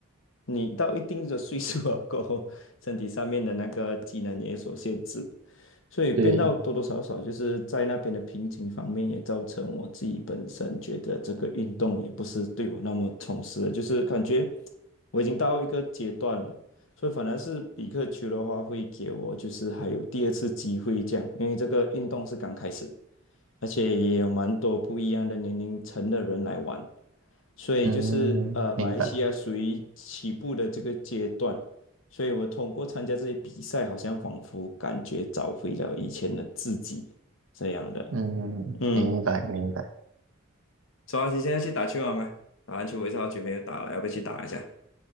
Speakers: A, on the left (about 60°); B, on the right (about 70°).
A: 你到一定的岁数了过后，<laughs> 身体上面的那个技能也有所限制。所以变到多多少少就是在那边的瓶颈方面，
B: 对，
A: 也造成我自己本身觉得这个运动也不是对我那么充实的，就是感觉我已经到一个阶段了，所以反而是比克球的话会给我就是还有第二次机会这样，因为这个运动是刚开始，而且也有蛮多不一样的年龄层的人来玩，所以就是呃，
B: 嗯，明白，
A: 马来西亚属于起步的这个阶段，所以我通过参加这些比赛，好像仿佛感觉找回了以前的自己这样的。
B: 嗯，
A: 嗯，
B: 明白明白。
A: 周老师现在去打球好吗？打篮球我一直好久没有打了，要不要去打一下？